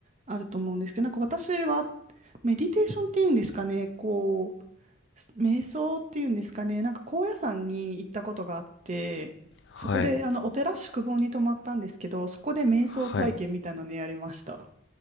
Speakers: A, on the right; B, on the left.
A: あると思うんですけど、なんか私は、メディテーションっていうんですかね、こう、瞑想っていうんですかね、なんか高野山に行ったことがあって、
B: はい。
A: そこで、あの、お寺宿坊に泊まったんですけど、そこで瞑想体験みたいなのやりました。
B: はい。